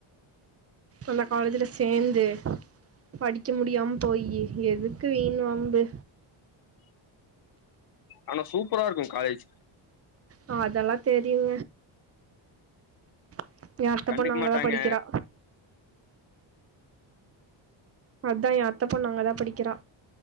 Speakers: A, on the right; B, on the left.
A: அந்த காலேஜுல சேந்து படிக்க முடியாம போயி எதுக்கு வீண் வம்பு
B: ஆனா சூப்பரா இருக்கு காலேஜ்
A: ஆஹ் அதெல்லா தெரி யு <inaudible> எ அத்த
B: கண்டுக்க
A: பொண்ணு அங்கதா
B: மாட்டாங்க
A: படிக்கிறா அதா எ அத்தப் பொண்ணு அங்கதா படிக்கிறா